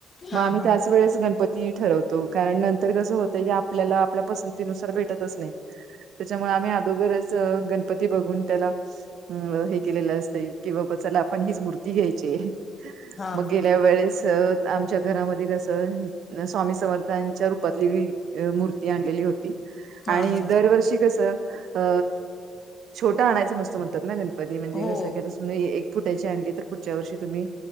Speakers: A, on the left; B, on the right.
A: हा
B: मग आम्ही
A: हा
B: त्याच वेळेस गणपती ठरवतो. तो कारण नंतर कसं होतय की आपल्याला आपल्या पसंतीनुसार भेटतच नाही. त्याच्यामुळे आम्ही अदोगरच गणपती बघून त्याला हे केलेलं असतय की बाबा चला आपण हीच मूर्ती घ्यायची
A: हा
B: मग
A: हा
B: गेल्या
A: हा
B: वेळेस आमच्या घरामध्ये कस स्वामी समर्थांच्या रूपातली मू र्ती आणलेली होती
A: हा
B: आणि
A: हा
B: दरवर्षी कस अ छोटा आणायचं नसतं म्हणतात ना गणपती म्हणजे
A: हो
B: कसं नई एक फुटायची आणली तर पुढच्या वर्षी तुम्ही